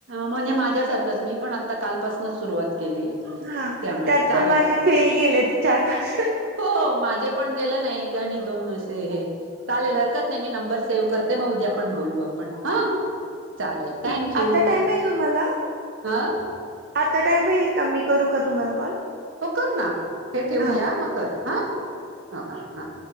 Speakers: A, on the right; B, on the right.
A: म्हणजे माझ्यासारखंच मी पण आता कालपासूनच सुरुवात केली आहे
B: हा
A: त्यामुळे
B: त्यात
A: चालेल
B: पण माझे फेल गेलेत चार- पाच. <inaudible>
A: हो माझे पण गेलं ना एक आणि दोन असे हे. चालेल हरकत नाही मी नंबर सेव्ह करते मग उद्या पण बोलू आप पण हा चालेल थँक
B: आता
A: यू
B: टाइम आहे तुम्हाला
A: हा.
B: आता टाइम प आहे का मी करू का तुम्हाला कॉल?
A: हो कर ना हे ठेवूया
B: हा
A: म कर हा ह ह हा.